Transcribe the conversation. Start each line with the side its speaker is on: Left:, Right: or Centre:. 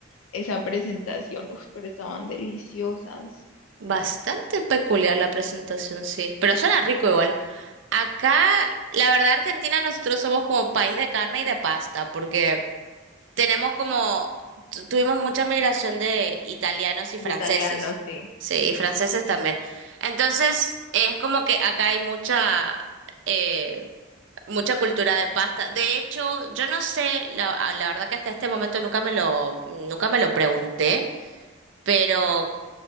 Left: esa presentación. Uf, pero estaban deliciosas.
Right: Bastante peculiar la presentación, sí, pero suena rico igual. Acá, la verdad, Argentina, nosotros somos como país de carne y de pasta, porque tenemos como, tu- tuvimos mucha migración de italianos y
Left: De
Right: franceses,
Left: italiano, sí.
Right: sí, y franceses también. Entonces, es como que acá hay mucha, eh, mucha cultura de pasta. De hecho, yo no sé, la, la verdad que hasta este momento nunca me lo, nunca me lo pregunté. Pero